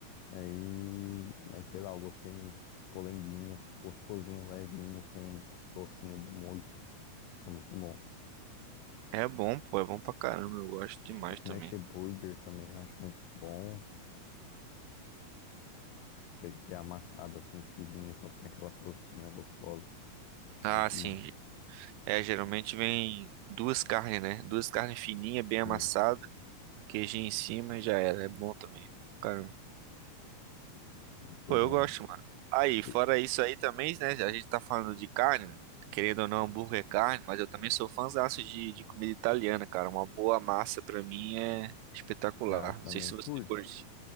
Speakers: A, on the left; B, on the right.
A: Aí, mas sei lá, eu gostei muito. Polenguinho, gostosinho, levinho, com um docinho do molho. Fica muito bom.
B: É bom, pô. É bom pra caramba. Eu gosto demais
A: Smash
B: também.
A: Burger também eu acho muito bom. Aquele que é amassado assim, fininho, só que tem aquela crostinha gostosa. Acho
B: Ah,
A: muito
B: sim.
A: bom.
B: É, geralmente vem duas carnes, né? Duas carnes fininhas, bem amassadas,
A: Sim,
B: queijinho em cima e já era. É bom também. é Bom pra Caramba.
A: muito
B: Pô,
A: bom.
B: eu gosto, mano. Aí, fora
A: E-
B: isso aí também, né? A gente tá falando de carne, querendo ou não, hambúrguer é carne, mas eu também sou fãzaço de, de comida italiana, cara. Uma boa massa pra mim é espetacular.
A: ah, também
B: Não sei se
A: curto.
B: você curte.